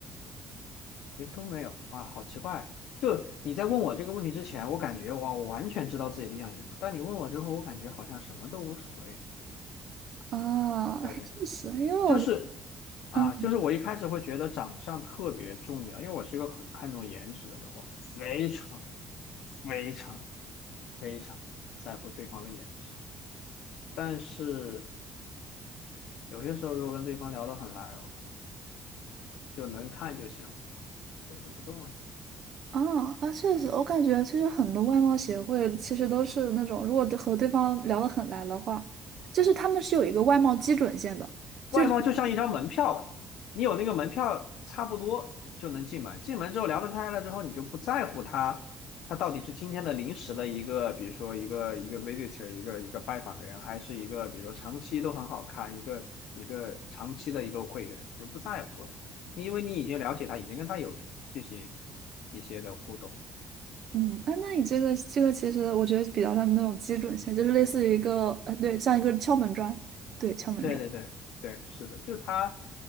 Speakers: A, on the left; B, on the right.
A: 其实都没有，哇，好奇怪！就你在问我这个问题之前，我感觉哇，我完全知道自己理想型什么，但你问我之后，我感觉好像什么都无所谓。
B: 啊，
A: 对，
B: 还确实，因为我
A: 就是啊，
B: 嗯。
A: 就是我一开始会觉得长相特别重要，因为我是一个很看重颜值的人，我非常、非常、非常在乎对方的颜值。但是有些时候，如果跟对方聊得很来哦，就能看就行，对，就不重要。
B: 啊啊，确实，我感觉其实很多外貌协会其实都是那种，如果对和对方聊得很来的话，就是他们是有一个外貌基准线的。就。
A: 外贸就像一张门票吧，你有那个门票，差不多就能进门。进门之后聊得开了之后，你就不在乎他，他到底是今天的临时的一个，比如说一个一个 visitor，一个一个拜访的人，还是一个比如说长期都很好看，一个一个长期的一个会员，就不在乎了。因为你已经了解他，已经跟他有进行一些的互动，
B: 嗯，哎，那你这个这个其实我觉得比较像那种基准线，就是类似于一个呃，对，像一个敲门砖，对，敲门砖。
A: 对对对对，是的，就是他，